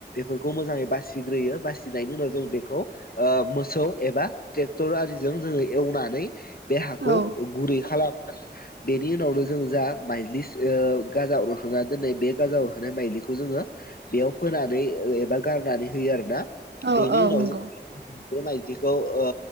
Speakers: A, on the left; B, on the right.
A: बेफोरखौ मोजाङै बासिग्रोयो बासिनायनि उनाव जों बेखौ ओ मोसौ एबा ट्रेक्टर आरिजों जोङो एवनानै बे हाखौ
B: औ
A: गुरै खालामो बेनि उनावनो जों जा माइजलि ओ गाजा अरहांना दोननाय बे गाजा अर होनाय माइलिखौ जोङो बेयाव फोनानै एबा गारनानै होयो आरो ना
B: औ
A: बेनि
B: औ
A: उनाव
B: नंगौ
A: जों बे माइदिखौ ओ